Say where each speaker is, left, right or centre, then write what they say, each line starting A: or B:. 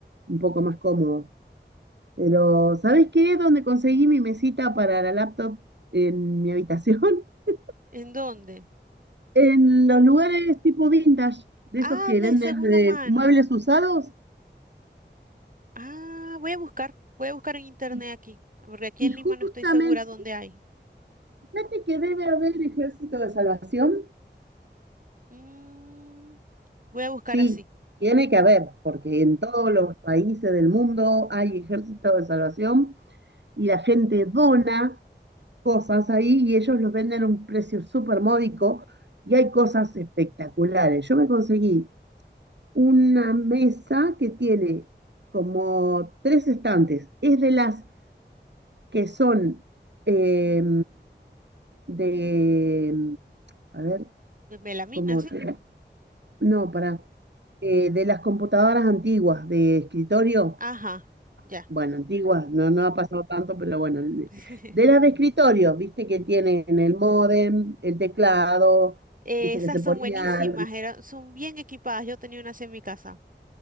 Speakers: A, on the right; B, on the right.
A: Un poco más cómodo. Pero, ¿sabes qué? Donde conseguí mi mesita para la laptop en mi habitación? <laughs>
B: ¿En dónde?
A: En los lugares tipo vintage, de
B: Ah,
A: esos que
B: de
A: venden
B: segunda
A: eh,
B: mano.
A: muebles usados.
B: Ah, voy a buscar, voy a buscar en internet
A: Y,
B: aquí, porque aquí
A: y
B: en
A: justamente,
B: Lima no estoy segura dónde hay.
A: fíjate que debe haber ejército de salvación.
B: Mm, voy a buscar
A: Sí,
B: así.
A: tiene que haber, porque en todos los países del mundo hay ejército de salvación y la gente dona cosas ahí y ellos los venden a un precio súper módico y hay cosas espectaculares. Yo me conseguí una mesa que tiene como tres estantes. Es de las que son eh,
B: Ujú,
A: de, a ver,
B: De melamina,
A: ¿cómo?
B: sí.
A: te- No, para, de las computadoras antiguas de escritorio.
B: Ajá, ya.
A: bueno, antigua, no, no ha pasado tanto, pero bueno, el-
B: <laughs>
A: de las de escritorio, viste que tienen el módem, el teclado,
B: Eh,
A: viste
B: esas
A: que se
B: son
A: ponía,
B: buenísimas, eran, son bien equipadas. Yo tenía una así en mi casa.